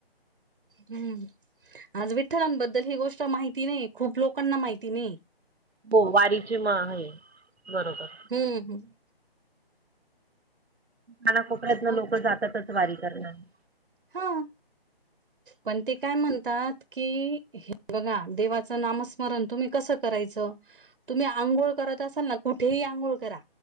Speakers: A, on the right; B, on the right.
A: हम्म. आज विठ्ठलांबद्दल ही गोष्ट माहिती नाहीय, खूप लोकांना माहिती नाहीये.
B: हो वारीचे माहे हे, बरोबर.
A: हम्म हम्म.
B: कानाकोपऱ्यातनं
A: तर बघ
B: लोकं जातातच वारी करणारे.
A: हां. पण ते काय म्हणतात की, हे बघा, देवाचं नामस्मरण तुम्ही कसं करायचं, तुम्ही आंघोळ करत असाल ना, कुठेही आंघोळ करा,